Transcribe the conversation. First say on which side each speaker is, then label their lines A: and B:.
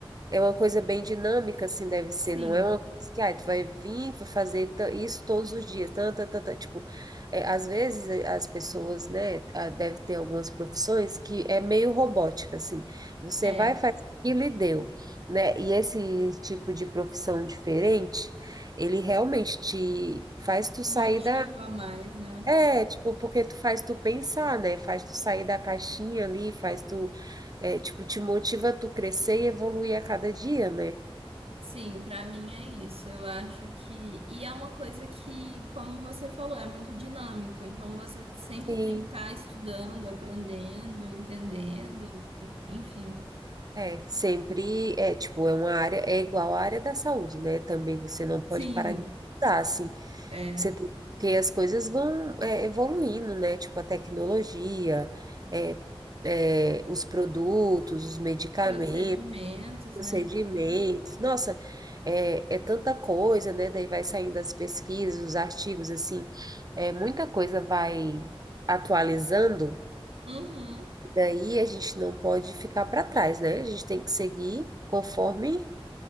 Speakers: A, on the right; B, on the right.
A: É uma coisa bem dinâmica, assim, deve ser.
B: Sim,
A: Não é uma coisa que, ah, tu vai vir vai fazer ta- isso todos os dias. Tan, tan, tan, tan. Tipo, é, às vezes eh, as pessoas, né, ah, deve ter algumas profissões que é meio robótica, assim. Você
B: é,
A: vai, faz aquilo e deu, né? E esse tipo de profissão diferente, ele realmente te faz tu sair
B: motiva
A: da...
B: mais, né?
A: É, tipo, porque tu faz tu pensar, né? Faz tu sair da caixinha ali, faz tu... É, tipo, te motiva a tu crescer e evoluir a cada dia, né?
B: Sim, pra mim é isso. Eu acho que. E é uma coisa que, como você falou, é muito dinâmico. Então você sempre
A: Sim,
B: tem que estar estudando, aprendendo, entendendo, enfim.
A: é, sempre é, tipo, é uma área, é igual à área da saúde, né? Também você não pode
B: Sim,
A: parar de estudar, assim,
B: é.
A: você tem, porque as coisas vão é, evoluindo, né? Tipo, a tecnologia, é, é, os produtos, os medicamentos,
B: Os procedimentos,
A: procedimentos,
B: né? Tudo.
A: nossa, é, é tanta coisa, né? Daí vai saindo as pesquisas, os artigos, assim, é, muita coisa vai atualizando,
B: Uhum.
A: Daí a gente não pode ficar para trás, né? A gente tem que seguir conforme